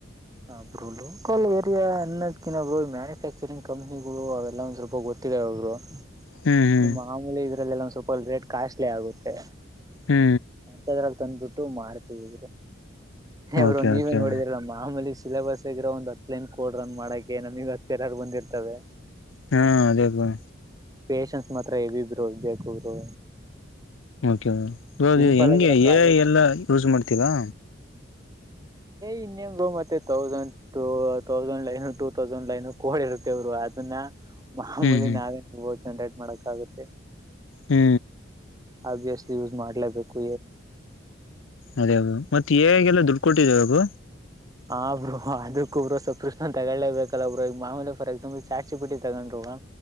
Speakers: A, on the right; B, on the left.
A: ಅಬ್ರು ಲೋಕಲ್ ಏರಿಯ ಅನ್ನೋದಕಿಬ್ರು ಮ್ಯಾನುಫ್ಯಾಕ್ಚರಿಂಗ್ ಕಂಪ್ನಿಗಳು ಅವೆಲ್ಲ ಒಂದ್ ಸ್ವಲ್ಪ ಗೊತ್ತ <unintelligible> ಹರು
B: ಹ್ಮ್ ಹ್ಮ್
A: ನಿಮ್ಮ ಮಾಮೂಲಿ ಇದ್ರಲ್ಲೆಲ್ಲ ಒ ಸ್ವಪಲ್ ರೇಟ್ ಕಾಸ್ಟ್ಲಿ ಆಗುತ್ತೆ
B: ಹೂ
A: ಅಂತದ್ರಲ್ಲಿ ತಂದ್ಬಿಟ್ಟು ಮಾಡ್ತೀವಿ
B: ಓಕೆ
A: ಬ್ರೋ ನೀವೇ
B: ಓಕೆ
A: ನೋಡಿದ್ರಲ್ಲ ಮಾಮೂಲಿ ಸಿಲಲೆಬಸ್ ಆಗಿರೋ ಒಂದ್ ಹತ್ ಲೈನ್ ಕೋಡ್ ರನ್ ಮಾಡಕ ನಮಗ್ ಹತ್ತು ಎರರ್ ಬಂದಿರ್ತವೆ
B: ಹೂ ಅದೇ ಬ್ರೋ
A: ಪೇಷನ್ಸ್ ಮಾತ್ರ ಹೆವಿ ಬ್ರೋ ಬೇಕು ಬ್ರೋ
B: ಕೆ ಇವಾಗ
A: ಸಿಂಪಲ್
B: ಹೆಂಗೆ
A: ಆಗಿರೋ ಪ್ರಾಜೆಕ್ಟ್
B: ಎಐ ಎಲ್ಲ ಯೂಸ್ ಮಾಡ್ತೀರಾ
A: ಇನ್ನೇ ಬ್ರೋ ಮತ್ತೆ thousand two thousand line two thousand line code ಇರುತ್ತ ವರು ಅದನ್ನ ಮಾಮೂಲಿ
B: ಹ್ಮ್ ಹ್ಮ್
A: ನಾವೇೋ ಜನರೇಟ್ ಮಾಡಕ್ಗುತ್ತೆ
B: ಹ್ಮ್
A: ಆಬ್ವಿಯಸ್ಲಿ ಯೂಸ್ ಮಾಡ್ಲೇಬೇಕು
B: ಅದೇ ಅದದು ಮತ್ತತ್ ಹೇಗೆಲ್ಲ ದುಡ್ಡು ಕೊಟ್ಟಿದ್ದೇವೆ ಅಬು
A: ಆ ಬರು ಅದಕ್ಕೊಬ್ರು ಸ್ವಪೃಷನ್ ತಗಳ್ಲೇಬೇಕಲ್ಲಬ್ಬರು ಈಗ ಮಾಮೂಲಿ ಫಾರ್ ಎಕ್ಸಾಂಪಲ್ ಚಾಾರ್ಚಿಪಿಟ್ಟಿ ತಗೊಂಡ್ರು